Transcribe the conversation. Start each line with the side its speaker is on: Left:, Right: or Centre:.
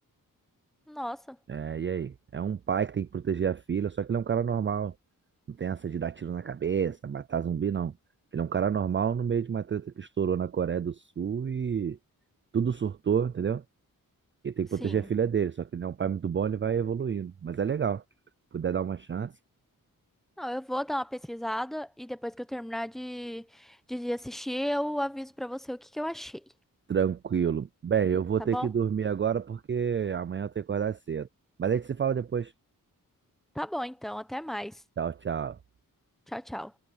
Centre: Nossa,
Right: É, e aí? É um pai que tem que proteger a filha, só que ele é um cara normal. Não tem essa de dar tiro na cabeça, matar zumbi, não. Ele é um cara normal no meio de uma treta que estourou na Coreia do Sul e tudo surtou, entendeu? Ele tem
Centre: sim.
Right: que proteger a filha dele, só que ele é um pai muito bom, ele vai evoluindo. Mas é legal. Puder dar uma chance,
Centre: Não, eu vou dar uma pesquisada e depois que eu terminar de, de de assistir, eu aviso pra você o que que eu achei,
Right: tranquilo. Bem, eu vou
Centre: tá
Right: ter
Centre: bom?
Right: que dormir agora porque amanhã eu tenho que acordar cedo. Mas a gente se fala depois.
Centre: Tá bom, então, até mais.
Right: Tchau, tchau.
Centre: Tchau, tchau.